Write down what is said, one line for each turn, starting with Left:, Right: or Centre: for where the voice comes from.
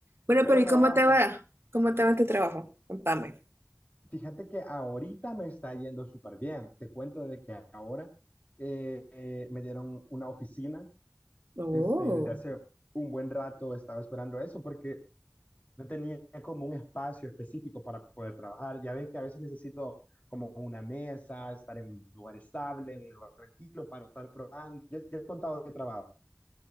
Right: Bueno,
Left: pero
Right: pero
Left: me
Right: ¿y cómo
Left: va bastante.
Right: te va? ¿Cómo te va en tu trabajo? Contame.
Left: Fíjate que ahorita me está yendo súper bien. Te cuento de que ahora eh, eh, me dieron una oficina.
Right: Oh,
Left: Este, desde hace un buen rato estaba esperando eso porque no tenía como un espacio específico para poder trabajar. Ya ves que a veces necesito como una mesa, estar en un lugar estable, en un lugar tranquilo para estar probando. Ya, ya he contado de trabajo.